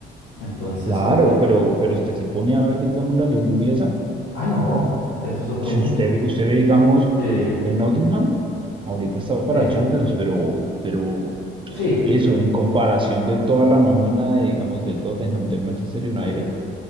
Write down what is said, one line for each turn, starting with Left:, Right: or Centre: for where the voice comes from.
Left: Entonces,
Right: Claro,
Left: compe-
Right: pero, pero usted se pone a ver, digamos, la liga inglesa.
Left: ah, no, eso es otro
Right: Si
Left: mundo.
Right: usted, usted ve, digamos,
Left: Sí,
Right: en Nottingham, ahorita está para
Left: sí,
Right: Champions, pero, pero
Left: sí,
Right: eso en comparación de toda la nómina de, digamos, del Tottenham, del Manchester United,
Left: Lela,